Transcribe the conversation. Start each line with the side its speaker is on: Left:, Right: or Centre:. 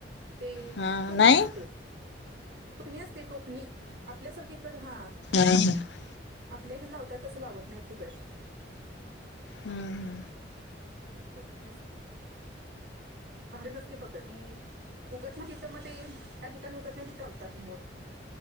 Right: ते
Left: हा
Right: टोकणी
Left: नाही
Right: असते. टोकणी असते टोकणी आपल्यासारखी इकडे हा.
Left: हा हम्म
Right: आपल्या इकडे लावतयात तसं लावत नाही तिकडे.
Left: हम्म!
Right: टोकणी असते. <unintelligible> उगत नाही तिथं मग ते त्या ठिकाणी उगत नाही तिथं होतात